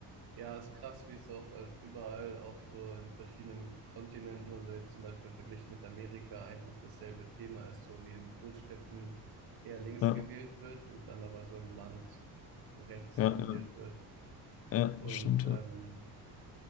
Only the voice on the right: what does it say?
Ja, ist krass, wie es auch halt überall, auch so in verschiedenen Kontinenten, also jetzt zum Beispiel verglichen mit Amerika, eigentlich dasselbe Thema ist, so wie in Großstädten eher links
gewählt wird und dann aber so im Land rechts
tendiert
wird.
Und
ähm,